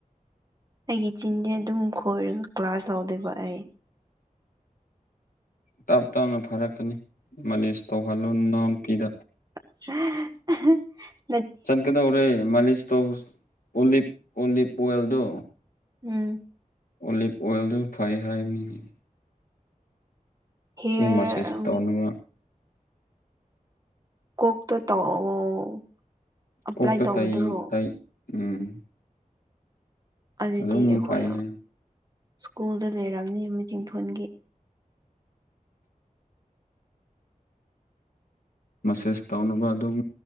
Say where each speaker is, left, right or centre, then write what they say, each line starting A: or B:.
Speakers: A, on the right; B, on the left.
A: ꯑꯩꯒꯤ ꯆꯤꯟꯗꯤ ꯑꯗꯨꯝ ꯈꯣꯏꯔꯒ ꯀ꯭ꯂꯥꯁ ꯂꯧꯗꯣꯏꯕ ꯑꯩ
B: ꯇꯞ ꯇꯞꯅ ꯐꯥꯔꯛꯀꯅꯤ ꯃꯥꯂꯤꯁ ꯇꯧꯍꯜꯂꯨ ꯅꯅꯥꯎ ꯅꯨꯄꯤꯗ
A: <unintelligible>
B: ꯆꯠꯀꯗꯧꯔꯦ ꯃꯥꯂꯤꯁ ꯇꯧ ꯑꯣꯂꯤꯞ ꯑꯣꯂꯤꯞ ꯑꯣꯏꯜꯗꯣ
A: ꯎꯝ
B: ꯑꯣꯂꯤꯞ ꯑꯣꯏꯜꯗꯨ ꯐꯩ ꯍꯥꯏ ꯃꯤꯅ
A: ꯍꯦꯌꯔ
B: ꯁꯤ ꯃꯁꯦꯁ ꯇꯧꯅꯕ
A: ꯀꯣꯛꯇꯣ ꯇꯧꯑꯣ ꯑꯦꯄ꯭ꯂꯥꯏ
B: ꯀꯣꯛꯇ
A: ꯇꯧꯗ꯭ꯔꯣ
B: ꯇꯩ ꯇꯩ ꯎꯝ
A: ꯑꯗꯨꯗꯤ
B: ꯑꯗꯨꯝ
A: ꯑꯩꯈꯣꯏ
B: ꯐꯩ ꯍꯥꯏ
A: ꯁ꯭ꯀꯨꯜꯗ ꯂꯩꯔꯝꯅꯤ ꯃꯆꯤꯡꯊꯣꯟꯒꯤ
B: ꯃꯁꯦꯁ ꯇꯧꯅꯕ ꯑꯗꯨꯝ